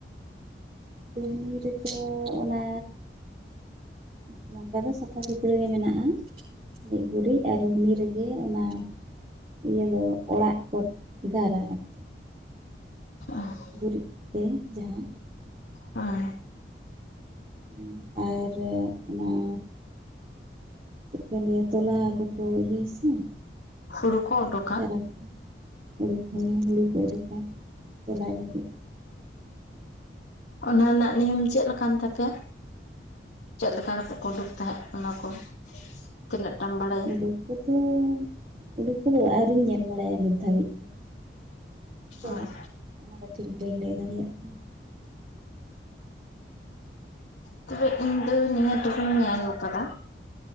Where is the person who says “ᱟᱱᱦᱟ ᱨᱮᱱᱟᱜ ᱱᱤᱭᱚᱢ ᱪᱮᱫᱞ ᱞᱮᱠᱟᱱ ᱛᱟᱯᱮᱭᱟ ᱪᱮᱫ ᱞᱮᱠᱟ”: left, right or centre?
Left